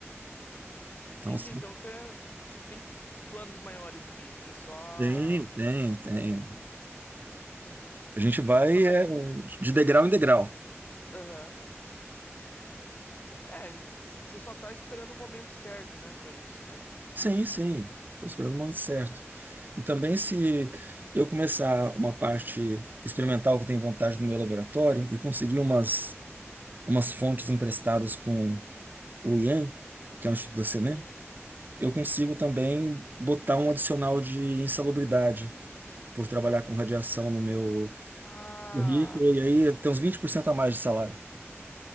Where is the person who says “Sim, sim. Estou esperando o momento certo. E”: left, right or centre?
Right